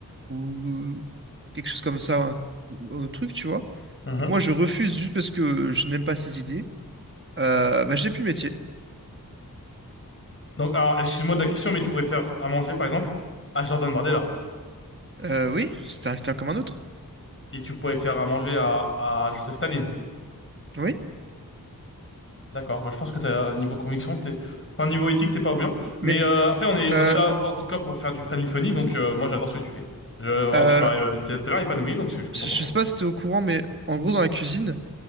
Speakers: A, on the right; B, on the left.
A: ou quelque chose comme ça, un, un truc, tu vois,
B: mhm.
A: et que moi je refuse juste parce que je n'aime pas ses idées, Euh, bah, j'ai plus le métier.
B: Donc, alors, excuse-moi de la question, mais tu pourrais faire à manger, par exemple, à Jordan Bardella.
A: Euh, oui, c'était un client comme un autre.
B: Et tu pourrais faire à manger à, à Joseph Staline.
A: Oui,
B: D'accord. Bah, je pense que t'as, niveau conviction, t'es, enfin, niveau éthique, t'es pas oubliant. Mais,
A: mais
B: euh, après, on est,
A: euh,
B: on est là,
A: en-
B: en tout cas, pour faire du friendly funny. Donc, euh, moi, j'adore ce que tu fais. Je, vraiment,
A: euh,
B: tu m'as, euh, t'es- t'as l'air épanoui, donc je suis content
A: je
B: pour
A: je
B: toi.
A: sais pas si t'es au courant, mais en gros, dans la cuisine,